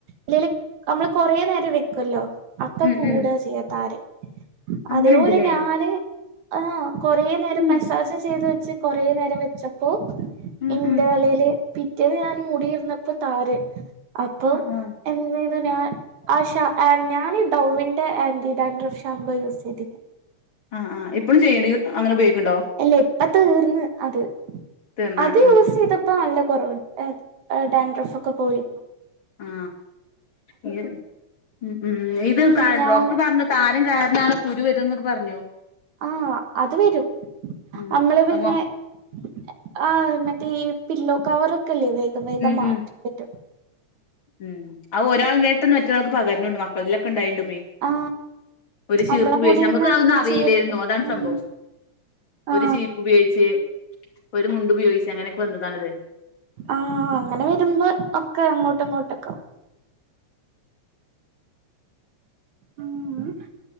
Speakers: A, on the right; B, on the left.
A: അല്ലെല് അമ്മള് കുറേ നേരം വെ ക്കല്ലോ അപ്പൊ
B: ഉം
A: കൂട
B: ഉം
A: ചെയ്യ താരെ
B: അങ്ങനെണ്ട്ല്ലേ
A: അതേപോലെ ഞാന് ആഹ കൊറേ നേരം
B: ഉം
A: മെസാജ് ചെയ്ത് വെച്ച് കൊറേ നേരം വെച്ചപ്പോ
B: ഉം
A: എന്റെതലയില്
B: ഉം
A: പിറ്റേന്ന് ഞാന് മുടിയിരുന്നപ്പോ താരൻ അപ്പൊ
B: ആ ആ
A: എന്ത് ചെയ്തു ഞാൻ ആശാ എ ഞാന് ഡൗവിന്റെ ആൻറി ഡാൻഡ്രഫ് ഷാമ്പൂ യൂസ് ചെയ്തെ
B: അ ആ എപ്പളും ചെയ്യണ്ട് അ അങ്ങനെ ഉപയോഗിക്കണ്ടോ
A: ഇല്ല ഇപ്പ തീർന്ന് അത്
B: തീർന്ന
A: അത്
B: ആ ആ
A: യൂസെയ്തപ്പോ നല്ല കുറവ് എ ഏ ഡാൻഡ്രഫൊക്കെ പോയി
B: ആ ഇ ഉം ഉ ഇത്
A: ഉം
B: കാ
A: ഞാന്
B: ഡോക്ടർ പറഞ്ഞ താരൻ കാരണാണ് കുരു വരുന്നൊക്കെ പറഞ്ഞോ
A: ആ അത് വരും
B: ഉം
A: അമ്മള് പിന്നെ
B: അപ്പൊ
A: എ ആ മറ്റേ ഈ പില്ലോക്കവറൊക്കെല്ലേ വേഗം വേഗം
B: ഉം
A: മാറ്റി
B: ഉം
A: പറ്റും
B: ഉം അയ് ഒരാൾ വേട്ടെന്ന് മറ്റൊരാൾക്ക് പകരുന്നുണ്ട് മക്കളതിലൊക്കെ ഉണ്ടായിണ്ട് പോയി
A: ആ
B: ഒരു ചീർപ്പ്
A: നമ്മളെ
B: ഉപയോഗിച്ച്
A: മുടീന്ന്
B: നമ്മക്ക് അതൊന്നും അറിയില്ലേര്ന്നു
A: ചീർക്കും
B: അതാണ് സംഭവം
A: ഉം ആ
B: ഒരു ചീപ്പുപയോഗിച്ച് ഒരു മുണ്ട് ഉപയോഗിച്ചങ്ങനൊക്കെ വന്നതാണിത്
A: ആ അങ്ങനെ വരുമ്പോ ഒക്കെ അങ്ങോട്ടിങ്ങോട്ടൊക്കാവും ഉം